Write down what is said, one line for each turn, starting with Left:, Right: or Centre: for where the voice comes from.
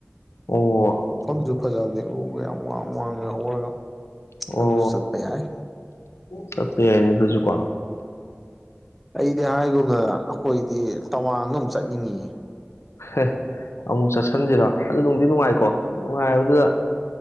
Left: ꯑꯣ
Centre: ꯃꯐꯝꯁꯨ ꯐꯖꯕꯅꯦ ꯎꯒ ꯌꯥꯝ ꯋꯥꯡ ꯋꯥꯡꯅ ꯍꯧꯔꯒ
Left: ꯑꯣ
Centre: ꯑꯗꯨꯁꯨ ꯆꯠꯄ ꯌꯥꯏ
Left: ꯆꯠꯄ ꯌꯥꯏꯅꯦ ꯑꯗꯨꯁꯨꯀꯣ
Centre: ꯑꯩꯗꯤ ꯍꯥꯏꯒꯨꯝꯅ ꯑꯩꯈꯣꯏꯗꯤ ꯇꯋꯥꯡꯗ ꯆꯠꯅꯤꯡꯉ
Left: ꯍꯦ ꯑꯃꯨꯛ ꯆꯠꯁꯤꯟꯁꯤꯔꯣ ꯑꯗꯨꯝ ꯅꯨꯡꯗꯤ ꯅꯨꯡꯉꯥꯏꯀꯣ ꯅꯨꯡꯉꯥꯏꯔꯕꯗꯨꯗ